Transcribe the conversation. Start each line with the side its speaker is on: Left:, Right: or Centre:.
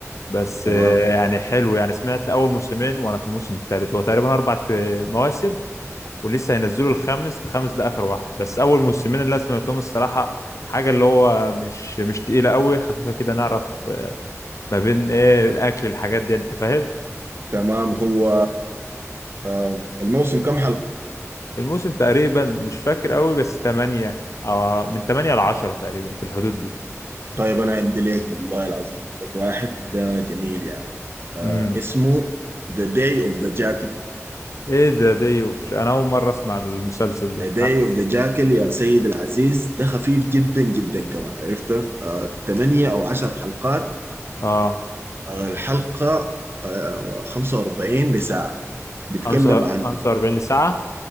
Left: بس
Right: تمام
Left: آه، يعني حلو يعني سمعت أول موسمين وأنا في الموسم التالت هو تقريبا أربع آه، مواسم ولسه هينزلوا الخامس الخامس ده آخر واحد بس أول موسمين اللي أنا سمعتهم الصراحة حاجة اللي هو مش مش تقيلة قوي خفيفة كده نعرف آه، ما بين ايه الأكل الحاجات دي أنت فاهم
Right: تمام هو آه، الموسم كم حلقة
Left: الموسم تقريبا مش فاكر قوي بس تمانية أو من تمانية لعشرة تقريبا في الحدود دي
Right: طيب انا عندي لك والله العظيم عندي لك واحد ده جميل يا يعني. آه
Left: امم
Right: اسمه The Day of the Jackal
Left: ايه ده دي ومش انا اول مره اسمع المسلسل ده
Right: The Day of the Jackal يا سيد العزيز ده خفيف جدا جدا كمان عرفته آه 8 او 10 حلقات
Left: اه
Right: آه الحلقة آه 45 لساعة بيتكلم
Left: خمسة
Right: عن
Left: خمسة وأربعين لساعة